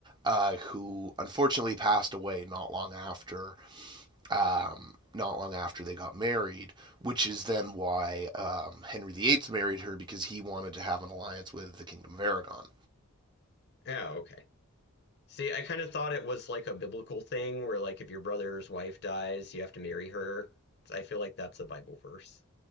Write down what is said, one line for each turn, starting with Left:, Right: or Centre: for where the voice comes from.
Right: uh, who unfortunately passed away not long after um, not long after they got married, which is then why um, Henry VIII married her because he wanted to have an alliance with the Kingdom of Aragon.
Left: Oh, okay. See, I kind of thought it was like a biblical thing where like if your brother's wife dies, you have to marry her. I feel like that's a Bible verse.